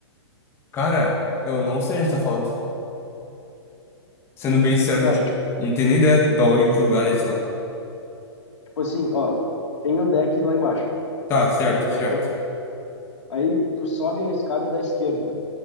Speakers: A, on the left; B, on the left.
A: Cara, eu não sei onde tá falando. Sendo bem sincero
B: Cara,
A: contigo.
B: tipo,
A: Não tenho nem ideia de onde, que lugar é esse lá.
B: tipo assim, ó, tem o deck lá embaixo,
A: Tá,
B: tá?
A: certo,
B: Tem o deck
A: certo.
B: lá. Aí tu sobe a escada da esquerda.